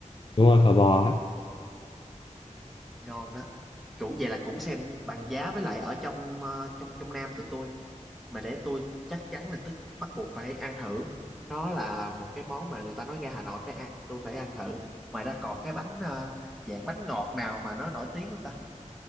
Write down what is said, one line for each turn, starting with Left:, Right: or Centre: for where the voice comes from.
Left: đúng rồi phở bò ấy.
Centre: ngon đó cũng vậy là cũng xem bằng giá với lại ở trong ờ, trong trong Nam tụi tôi mà để tôi chắc chắn là tôi bắt buộc phải ăn thử nó là một cái món mà người ta nói ra Hà Nội phải ăn tôi phải ăn thử ngoài ra còn cái bánh ờ, dạng bánh ngọt nào mà nó nổi tiếng không ta